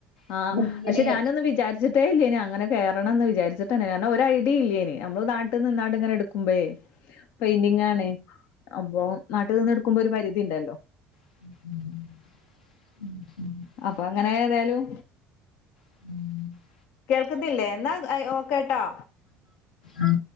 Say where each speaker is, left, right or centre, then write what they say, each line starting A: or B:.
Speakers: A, on the left (about 75°); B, on the left (about 50°).
A: ല്ലേ
B: ആഹ് പക്ഷെ
A: ഇങ്ങനെ
B: ഞാനൊന്ന് വിചാരിച്ചിട്ട അതേല്ലന അങ്ങനെകയറണമന്ന് വിചാരി കാരണം ഒ ഐഡിയ ഇല്ലേനി നമ്മൾ നാട്ടിൽ നിന്നാട് ഇങ്ങനെ എടുക്കുമ്പോേ പെയിന്റിങ്ങ ആണ് അപ്പൊ നാട്ടിൽ നിന്ന് എടുക്കുമ്പോ ഒരു പരിധി ഉണ്ടല്ലോ
A: ഉ ഉ <inaudible>
B: അപ്പൊ അങ്ങനെ ഏതായാലും.
A: ഉം
B: കേൾക്കുന്നില്ലേ എന്നാൽ ഓക്കട്ടോ
A: ആഹ്